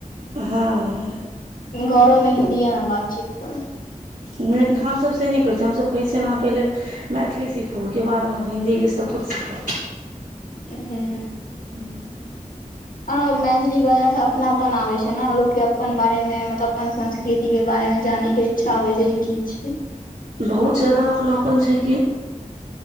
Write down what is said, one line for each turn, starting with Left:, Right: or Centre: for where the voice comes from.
Right: हां।
Left: घरो में हिन्दीये में बातचीत करू
Right: लेकिन हम सब से नै करै छियै, हम सब कहै छियैन अहाँ पहिले मैथिली सीखू ओय के बाद अहाँ हिन्दी-इंग्लिश तै खुद सीख
Left: हूं।
Right: हूँ।
Left: ओ मैथिली बाजनै से अपनापन आबै छै न लोक के अप्पन बारे में मतलब अपन संस् कृति के बारे मे जाने के इच्छा होय छै जे की छीयै।
Right: बहुत ज्यादा अपनापन छै कि।